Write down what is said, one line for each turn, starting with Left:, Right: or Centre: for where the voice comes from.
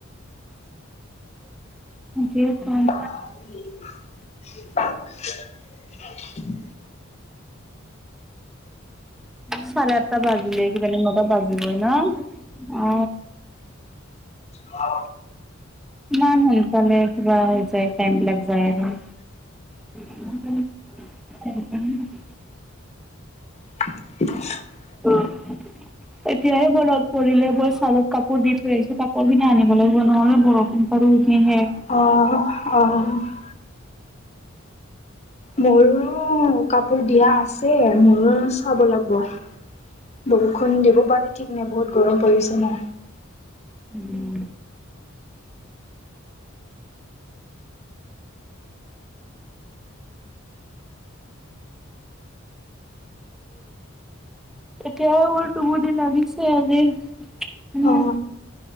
Centre: কি কম
Left: <unintelligible>
Centre: চাৰে আঠ টা বাজিলেই কিজানি নটা বাজিবই ন অ
Left: অ
Centre: ইমান সোনকালে কিবা হৈ যায় টাইম বিলাক যায় আৰু। <unintelligible> <unintelligible>
Left: <inaudible>
Centre: <inaudible> এতিয়াহে মনত পৰিলে মই চালত কাপোৰ দি থৈ আহিছো কাপোৰখিনি আনিব লাগিব নহ'লে বৰষুণ আৰু উঠি হে
Left: অ'অ' মৰো কাপোৰ দিয়া আছে মোৰো চাব লাগব। বৰষুণ দিব পাৰে ঠিক নাই বহুত গৰম পৰিছে ন'।
Centre: উম, উম, উম। এতিয়া আৰু মোৰ টোপনি লাগিছে আজি। উম,
Left: অ